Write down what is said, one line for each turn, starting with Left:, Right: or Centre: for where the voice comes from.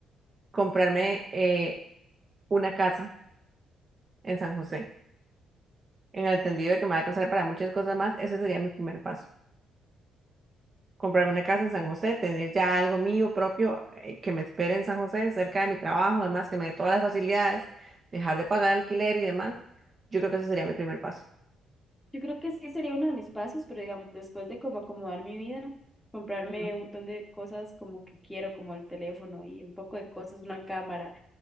Right: comprarme eh, una casa en San José. En el entendido de que me va a alcanzar para muchas cosas más, ese sería mi primer paso. comprarme una casa en San José, tener ya algo mío propio eh, que me espere en San José, cerca de mi trabajo, además que me dé todas las facilidades, dejar de pagar alquiler y demás. Yo creo que ese sería mi primer paso.
Centre: Yo creo que sí sería uno de mis pasos, pero digamos, después de como acomodar mi vida, comprarme
Right: Ujú.
Centre: un montón de cosas como que quiero, como el teléfono y un poco de cosas, una cámara,